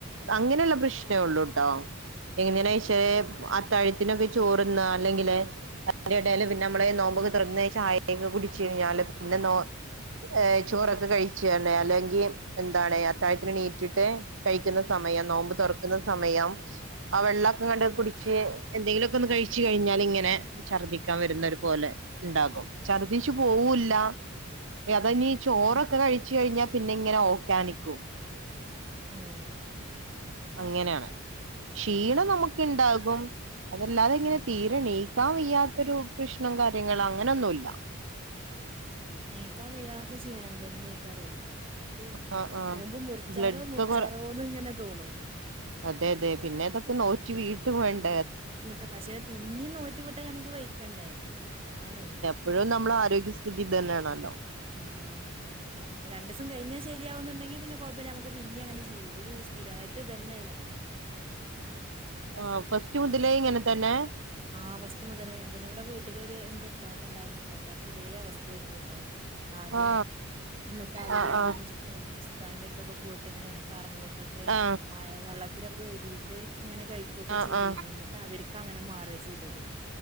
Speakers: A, on the right; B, on the right.
A: അങ്ങനെയുള്ള പ്രശ്നേ ഉള്ളൂട്ടോ എങ്ങനെയാണ് ക്ഷേ അത്താഴത്തിനൊക്കെ ചോറുന്ന അല്ലെങ്കിലേ അയിന്റടേല് പിന്നെ നമ്മളെ നോമ്പൊക്കെ തൊറന്ന് ചായൊക്കെ കുടിച്ച് കഴിഞ്ഞാല് പിന്നെ നോ ഏ ചോറൊക്കെ കഴിച്ചു തന്നെ അല്ലെങ്കിൽ എന്താണ് അത്താഴത്തിന് ണീറ്റിട്ട് കഴിക്കുന്ന സമയം നോമ്പ് തൊറക്കുന്ന സമയം ആഹ് വെള്ളൊക്കെണ്ട്
B: ഉം
A: കുടി ച്ച് എന്തെങ്കിലുമൊക്കെ ഒന്ന് കഴിച്ചു കഴിഞ്ഞാൽ ഇങ്ങനെ ഛർദ്ദിക്കാൻ വരുന്ന ഒരു പോലെ ണ്ടാകും ഛർദ്ദിച്ച്
B: ഉം
A: പോവൂല്ല അതന്നീ ചോറൊക്കെ
B: ഉം
A: കഴിച്ച് കഴിഞ്ഞാൽ പിന്നെ ഇങ്ങനെ ഓക്കാനിക്കും
B: ഉം
A: അങ്ങനെയാണ് ക്ഷീണം നമുക്ക് ണ്ടാകും അതല്ലാതെ ഇങ്ങനെ
B: ആഹ്
A: തീരെ ണീ ക്കാൻ വയ്യാത്തൊരു പ്രശ്നം കാര്യങ്ങൾ അങ്ങനൊന്നുല്ല്യ
B: നീക്കാൻ വയ്യാത്ത ക്ഷീണം തന്നെ ആയിക്കാരേ ക്ക്
A: ആ ആ
B: നോമ്പ് മുറിച്ചാലോ
A: ബ്ലഡ് ഒക്കെ
B: മുറിച്ചാലോന്ന്
A: കൊറ
B: ഇങ്ങനെ തോണും
A: അതെ അതെ പിന്നെ ഇതൊക്കെ നോറ്റ് വീട്ടും വേണ്-
B: ട്ട് പക്ഷെ പിന്നെ നോറ്റി വിട്ടാ നമ്മക്ക് വയ്ക്കണ്ടേ അതാണ്
A: പ്പഴും നമ്മുടെ ആരോഗ്യസ്ഥിതി ഇത് തന്നെയാണല്ലോ
B: ആഹ് ഇപ്പൊ രണ്ട് ദിസം കഴിഞ്ഞാ ശരിയാകുന്നുണ്ടങ്കിൽ പിന്നെ കുഴപ്പമില്ല നമ്മക്ക് പിന്നെ അങ്ങെ ചെയ്യാം ഇത് സ്ഥിരായിട്ട് ത്ത് ഇതന്നെയാണ്
A: ആഹ് ഫസ്റ്റ് മുതലേ ഇങ്ങനെ തന്നെ
B: ആഹ് ഫസ്റ്റ് മുതലേ ഇങ്ങനെ തന്നെ ഇവിടെ വീട്ടിലൊരു എന്റെ ഇത്താത്ത ണ്ടായിരുന്നു ഇത്താത്താക്കും ഇതേ അവസ്ഥായിരുന്നു ട്ടോ ആദ്യം
A: ആ
B: എന്നിട്ട് അവര്
A: ആ
B: എന്ത്
A: ആ
B: ചെയ്തു ച്ച് ഇങ്ങനെ ഉസ്താന്റെ അടുത്തൊക്കെ പോയിട്ടിങ്ങനെ പറഞ്ഞിട്ടൊക്കെ
A: ആ
B: മഴ വെള്ള ത്തിലൊക്കെ ഊതിയിട്ട് ഇങ്ങനെ കഴിക്കൊക്കെ
A: ആ
B: ചെയ്തീരുന്നു
A: ആ
B: എന്നിട്ട് അവര്ക്ക് അങ്ങനെ മാറാ ചെയ്തത്